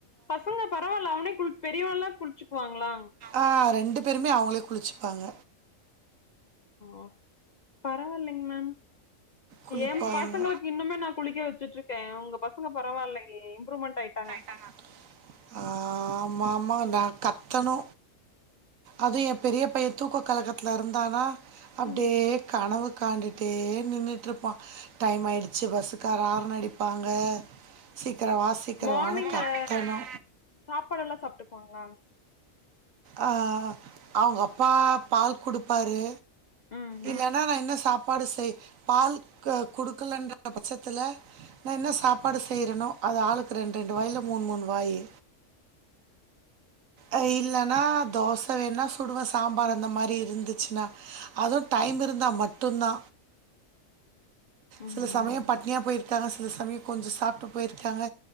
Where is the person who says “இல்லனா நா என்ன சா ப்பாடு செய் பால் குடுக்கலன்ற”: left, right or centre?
Right